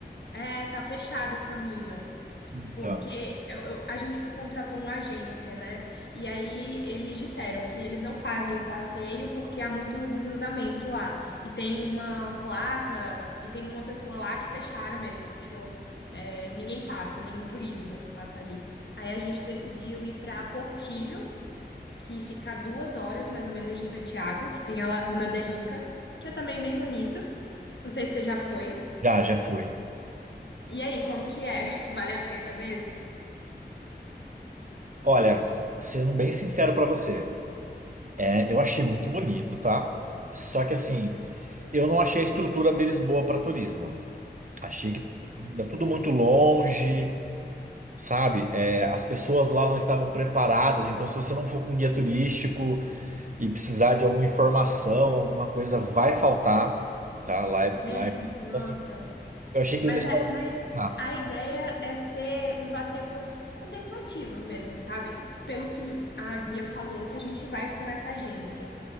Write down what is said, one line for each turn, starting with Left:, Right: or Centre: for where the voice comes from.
Left: É, tá fechado o caminho.
Right: Então,
Left: Porque eu- eu- a gente contratou uma agência, né? E aí eles disseram que eles não fazem o passeio porque há muito deslizamento lá. E tem uma placa, e tem uma pessoa lá que fecharam mesmo, fechou. É, ninguém passa, nenhum turismo passa ali. Aí a gente decidiu ir para Portillo, que fica a duas horas mais ou menos de Santiago, que tem a Laguna de Inca, que é também bem bonito. Não sei se você já foi.
Right: Já, já fui.
Left: E aí, como que é? <laughs> Vale a pena mesmo?
Right: Olha, sendo bem sincero pra você, é, eu achei muito bonito, tá? Só que assim, eu não achei a estrutura deles boa pra turismo. Achei que é tudo muito longe, sabe? É, as pessoas lá não estavam preparadas, então se você não for com guia turístico e precisar de alguma informação, alguma coisa, vai faltar, tá? Lá é,
Left: É,
Right: lá é...
Left: nossa.
Right: Assim, eu achei que
Left: Mas,
Right: eles deixaram.
Left: é- mas
Right: pra pesquisar.
Left: a ideia é ser um passeio con- contemplativo mesmo, sabe? Pelo que a guia falou, que a gente vai com essa agência.